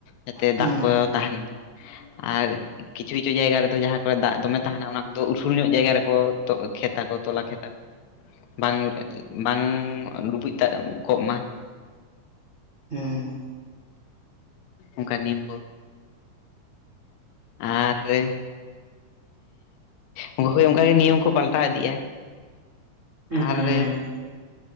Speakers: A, on the left; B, on the right.
A: ᱡᱟᱛᱮ
B: ᱦᱩᱸ
A: ᱫᱟᱜ ᱠᱚ ᱛᱟᱦᱮᱱ ᱟᱨ ᱠᱤᱪᱷᱩ ᱠᱤᱪᱷᱩ ᱡᱟᱭᱜᱟ ᱨᱮᱫᱚ ᱡᱟᱦᱟᱸ ᱠᱚᱨᱮ ᱫᱟᱜ ᱫᱚᱢᱮ ᱛᱟᱦᱮᱱᱟ ᱚᱱᱟ ᱠᱚᱫᱚ ᱩᱥᱩᱞ ᱧᱚᱜ ᱡᱟᱭᱜᱟ ᱨᱮᱠᱚ ᱠᱷᱮᱛᱛᱟ ᱠᱚ ᱛᱚᱞᱟ ᱠᱷᱮᱛᱟ ᱠᱚ᱾ ᱵᱟᱝ ᱵᱟᱝ ᱰᱩᱵᱩᱡ ᱛᱟᱜ ᱠᱚᱜ ᱢᱟ᱾
B: ᱦᱩ᱾
A: ᱚᱱᱠᱟ ᱱᱤᱢ ᱠᱚ᱾ ᱟᱨᱼᱮ ᱦᱳᱭ ᱚᱱᱠᱟᱜᱮ ᱱᱤᱭᱚᱢ ᱠᱚ ᱯᱟᱞᱴᱟᱣ ᱤᱫᱤᱜᱼᱟ᱾ ᱟᱨᱼᱮ
B: ᱦᱮᱸ